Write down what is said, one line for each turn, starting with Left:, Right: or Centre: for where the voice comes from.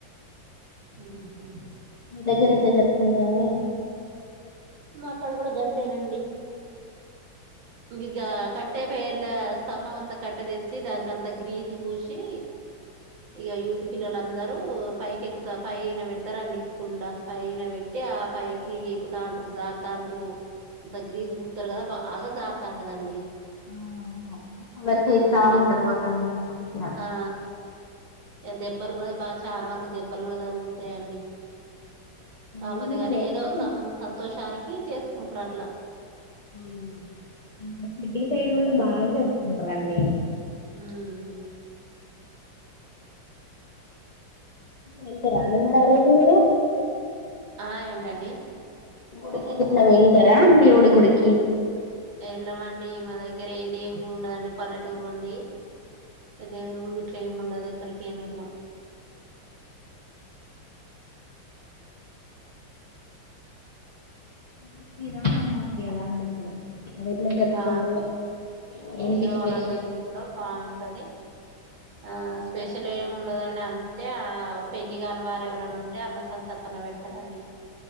Right: ఊహు
Left: మీ దగ్గర ఇట్ల జరుపుకుంటార అండీ
Right: మా కాడ కూడ గంతేనండి ఇగ కట్టే పెద్ద స్తంభం అంతా కట్టె తెచ్చి దానికంత గ్రీజు పూసి ఇగ యూత్ పిల్లలందరూ పైకి ఎక్కుత పైన పెడుతరు అండి కుండ. పైన పెట్టి ఆ పైకి ఎక్కుతాండ్రు జారుతాండ్రు అంత గ్రీజు పూతరు కదా బాగా జారు తాంట అండి
Left: అవునవును అల్లరి చేస్తా
Right: అంట
Left: ఉంటరు <unintelligible>
Right: ఆ దెబ్బలు గూడా బాగా చాలా వరకు దెబ్బలు గూడా తగులు తయి అండి కాపోతే
Left: ఈవినింగ్
Right: గానీ
Left: వరకు
Right: ఏదో సం సంతోషానికి కి చేసుకుంట్రు అట్ల
Left: మ్మ్ సిటి
Right: ఉమ్
Left: సైడ్ కూడా బాగా జర్ కుంటరండి
Right: మ్మూ
Left: వెళ్తురా అండి మరి ఆ రోజు మీరు?
Right: ఆ ఏంటండి?
Left: గుడికి అట్ల వెళ్తరా దేవుడు కి
Right: ఎళ్లమండి మా దగ్గర ఏది దేవుని గుడి ఉండదండి పల్లెటూరు అండి. దేవుని గుడి గిట్ల ఏముండదె క్కడికేం ఎళ్శం
Left: అంత తిరాణం ఉంది గదా అండి ఇప్పుడు. అది ఎట్లా జరుపుకుంటారు
Right: ఆ
Left: ఏంటి
Right: ఇరవన
Left: స్పెషల్
Right: మేము గూడ బా టది ఆ స్పెషల్ ఏమి ఉండదండి. అంటే ఆ పెళ్లి కాని వారు ఎవరన్నా ఉంటే అన్న సంతర్పణ పెడతారండి.